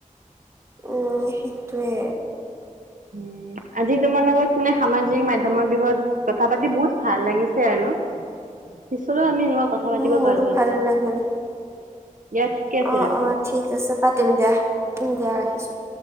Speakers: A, on the right; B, on the right.
A: উম, সেইটোৱে
B: উম, ন আজি তোমাৰ লগত মানে সামাজিক মাধ্যমত বিষয়ত কথা পাতি বহুত ভাল লাগিছে, আৰু
A: <unintelligible>
B: পিছলৈ আমি এনেকুৱা কথা পাতিব
A: উম মোৰো
B: পাৰো
A: ভাল
B: এতিয়া
A: লাগিল
B: দিয়া ঠিকে আছে
A: অ'
B: ৰাখো।
A: অ' ঠিক আছে পাতিম দিয়া দিয়া ৰাখিছোঁ।